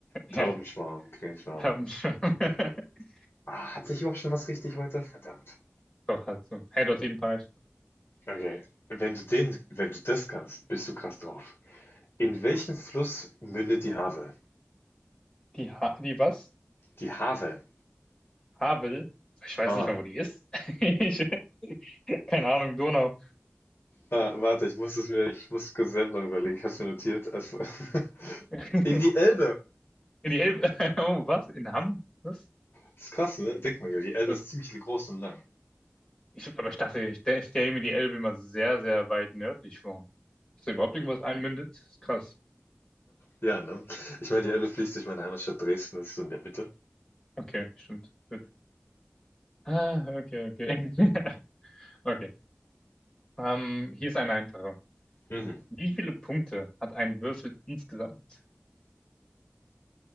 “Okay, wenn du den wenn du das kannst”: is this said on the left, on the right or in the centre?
Left